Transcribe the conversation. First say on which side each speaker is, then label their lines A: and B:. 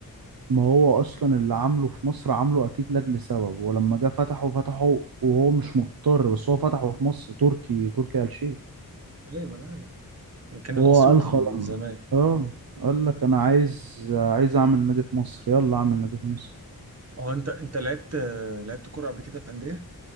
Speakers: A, on the right; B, on the right.
A: ما هو اصلا اللي عامله في مصر عامله اكيد لاجل سبب ولما جه فتحه فتحه وهو مش مضطر بس هو فتحه في مصر تركي تركي آل شيخ
B: ايوه ما انا عارف كان الاسيوطي
A: هو قال خلاص
B: زمان
A: اه قال لك انا عايز عايز اعمل نادي في مصر يلا اعمل نادي في مصر
B: هو انت انت لعبت لعبت كرة قبل كده في أندية